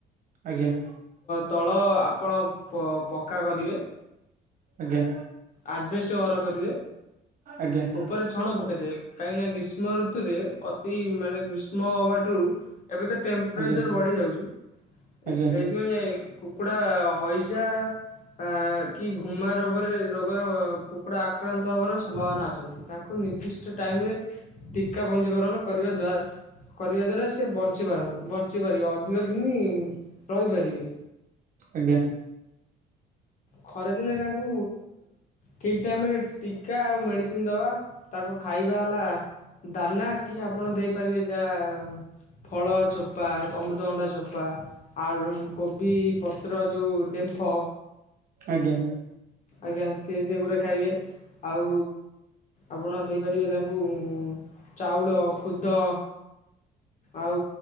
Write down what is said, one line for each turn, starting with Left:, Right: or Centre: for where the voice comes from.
Right: ଆଜ୍ଞା
Left: ତଳ ଆପଣ ପକ୍କା କରିବେ।
Right: ଆଜ୍ଞା
Left: ଆଜବେଷ୍ଟ ଘର କରିବେ
Right: ଆଜ୍ଞା
Left: ଉପରେ ଛଣ ପ ଦେ କାହିଁକି ନା ଗ୍ରୀଷ୍ମ ଋତୁରେ ଅତି ମାନେ ଗ୍ରୀ ସ୍ମ ହେବାଟୁ ଏବେ ତ ଟେମ୍ପରେଚର୍
Right: ଆଜ୍ଞା
Left: ବଢ଼ିଯାଉଛି
Right: ଆଜ୍ଞା
Left: ସେଇଥିପାଇଁ କୁକୁଡ଼ା ହଇଜା ଆ କି ଘୁମା ରୋଗରେ ର ର କୁକୁଡ଼ା ଆକ୍ରାନ୍ତ ହେବାର ସମ୍ଭାବନା ଅଛନ୍ତି ତାଙ୍କୁ ନିର୍ଦ୍ଦିଷ୍ଟ ଟାଇମରେ ଟୀକା ପଞ୍ଜୀକରଣ କରିବା ଦ୍ୱାରା କରିବା ଦ୍ୱାରା ସେ ବଞ୍ଚିପାରନ୍ତି ବଞ୍ଚିପାରିବ। ଦୀର୍ଘ ଦିନ ରହିପାରିବେ।
Right: ଆଜ୍ଞା।
Left: ଖରାଦିନେ ତାଙ୍କୁ ଠିକ୍ ଟାଇମରେ ଟୀକା ଆଉ ମେଡ଼ିସିନ ଦବା। ତାଙ୍କ ଖାଇବା ହେଲା ଦାନା କି ଆପଣ ଦେଇପାରିବେ ଯା ଫଳ ଚୋ ଚୋପା ଅମୃତଭଣ୍ଡା ଚୋପା ଆଉ କୋବି ପତ୍ର ଯୋଉ ଡେମ୍ଫ
Right: ଆଜ୍ଞା।
Left: ଆଜ୍ଞା ସେ ସେଗୁଡ଼ା ଖାଇବେ ଆଉ ଆପଣ ଦେଇପାରିବେ ତାଙ୍କୁ ଚାଉଳ ଖୁଦ ଆଉ